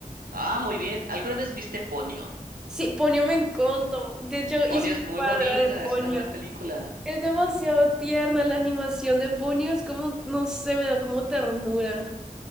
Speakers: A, on the right; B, in the centre.
A: Ah, muy bien. ¿Alguna vez viste Ponyo?
B: Sí, Ponyo me encantó. De hecho, hice
A: Ponyo es
B: un
A: muy
B: cuadro
A: bonita,
B: de Ponyo.
A: es una gran película.
B: Es demasiado tierna la animación de Ponyo, es como, no sé, me da como ternura.